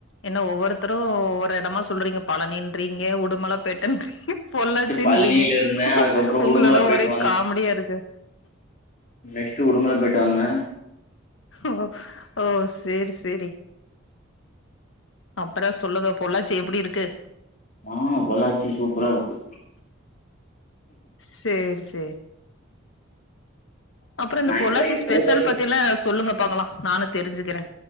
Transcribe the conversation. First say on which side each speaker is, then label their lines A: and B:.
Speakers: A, on the left; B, on the left.
A: என்ன ஒவ்வொருத்தரூ ஒவ்வொரு எடமா சொல்றீங்க பலனின்றீங்க உடுமலைப்பேட்டன்றீங்க பொள்ளாச்சின்றீங்க
B: ஃபர்ஸ்ட் பழனில இருந்தே அதுக்கப்றோ
A: உங்களோட
B: உடுமல போயிட்டு
A: ஒரே காமெடியா இருக்கு
B: நெக்ஸ்ட்டு உடுமல பேய்ட்டு வந்தே
A: ஓ ஓ சேர் சேரி அப்றோ சொல்லுங்க பொள்ளாச்சி எப்டி இருக்கு
B: ஆ பொள்ளாச்சி சூப்பரா இருக்கூ
A: சேர் சேரி அப்றோ இந்த
B: ஆக்சுவலா
A: பொள்ளாச்சி
B: இங்க
A: ஸ்பெஷல்
B: போட்டோ ஷூட்
A: பத்தில்லா சொல்லுங்க பாக்கலா நானூ தெரிஞ்சுக்கிறே